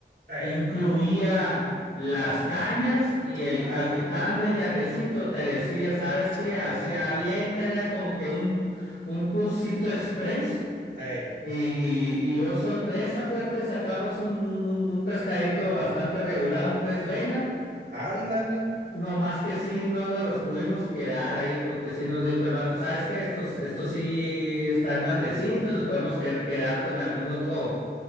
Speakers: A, on the right (about 75°); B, on the left (about 80°).
A: Ey,
B: Incluía las cañas y el
A: ah,
B: capitán
A: órale.
B: del yatecito te decía, ¿sabes qué?
A: Ah,
B: Hacía
A: neta.
B: bien, era como que un, un cursito express.
A: Ey,
B: Y, y, y, oh sorpresa, fíjate, sacamos un, un, un un pescadito bastante regular,
A: ah,
B: un pez vela.
A: ándale.
B: No más que sí, no nos los pudimos quedar ahí porque sí nos dijo el vato, ¿sabes qué? Estos, estos sí están grandecitos, nos podemos que- quedar con algún otro